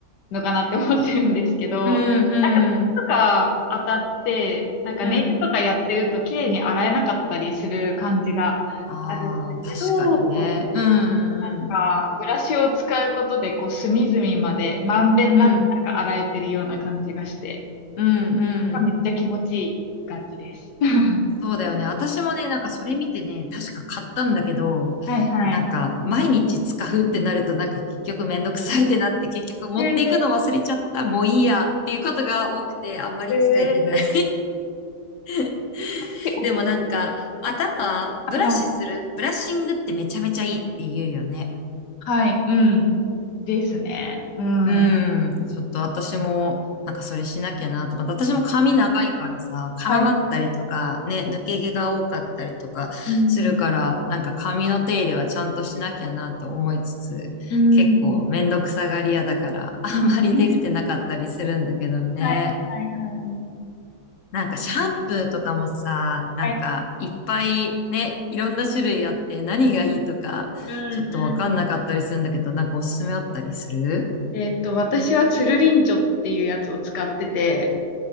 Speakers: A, on the left; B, on the left.
A: のかなって思ってるんですけど、
B: うん、
A: なんか、
B: うん、
A: 手とか当たって、なんかネイルとかやってると綺麗に洗えなかったりする感じがあるんだけど、
B: うん。ああ、確かにね。うん、
A: なんか、ブラシを使うことで、こう、隅々まで、まんべんなく、
B: うん、うん、
A: なんか洗えてるような感じがして、
B: うん、うん。
A: めっちゃ気持ちいい感じです。<laughs>
B: そうだよね。私もね、なんかそれ見てね、確か買ったんだけど、
A: はいはい。
B: なんか毎日使うってなるとなんか結局めんどくさいってなって結局持っていくの忘れちゃった、
A: へえ
B: もういいやっていうことが多くてあんまり使えてない
A: ー、へー
B: <laughs>
A: でおきは
B: でもなんか頭ブラシする、
A: いはい。
B: ブラッシングってめちゃめちゃいいって言うよね。
A: はい、うん。ですね。うん。
B: う
A: は
B: ん。ちょっと私も、なんかそれしなきゃなとか、私も髪長いからさ、絡まったりとか、
A: い。はい
B: ね、抜け毛が多かったりとかするから、
A: うん
B: なんか髪の手入れはちゃんとしなきゃなと思いつつ、
A: うん。
B: 結構めんどくさがり屋だから、あんまりできてなかったりするんだけどね。
A: うん。<laughs> はい、はい、はい。
B: なんかシャンプーとかもさ、
A: うん
B: なんかいっぱいね、
A: はい。
B: いろんな種類あって何がいいとか、
A: うん、
B: ちょっとわかんなかったりするんだけど、
A: うん。
B: なんかおすすめあったりする
A: えーっと、私はつるりんちょっていうやつを使ってて、